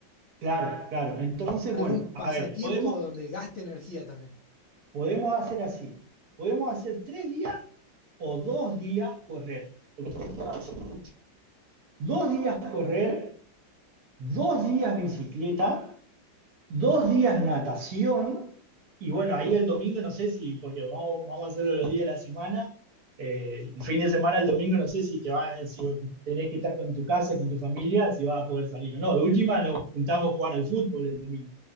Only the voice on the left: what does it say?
Algún
pasatiempo
donde gaste energía también.